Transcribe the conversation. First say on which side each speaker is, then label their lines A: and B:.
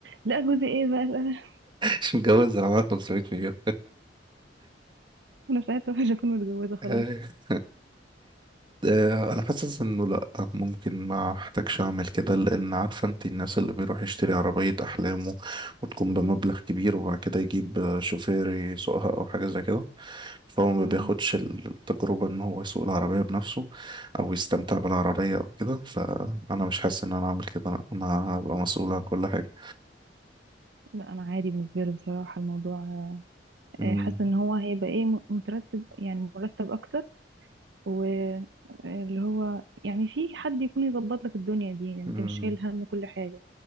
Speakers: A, on the right; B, on the right.
A: لا جوزي ايه بقى لا لا
B: مش متجوز انا معايا 500 مليون
A: انا ساعتها مش هكون متجوزة خلاص
B: <laughs> آه، آه، انا حاسس انه لا ممكن ما احتاجش اعمل كده لان عارفه انت الناس اللي بيروح يشتري عربيه احلامه وتكون بمبلغ كبير وبعد كده يجيب آه، شوفير يسوقها او حاجه زي كده فهو ما
A: مم.
B: بياخدش التجربه ان هو يسوق العربيه بنفسه او يستمتع بالعربيه او كده فانا مش حاسس ان انا اعمل كده انا هبقى مسؤول عن كل حاجه
A: لا انا عادي بالنسبة لي بصراحة الموضوع
B: امم
A: آه، حاسة ان هو هيبقى ايه م- مترتب يعني مرتب اكتر واللي هو يعني في حد يكون يظبط لك الدنيا دي يعني
B: امم
A: انت مش شايل هم كل حاجة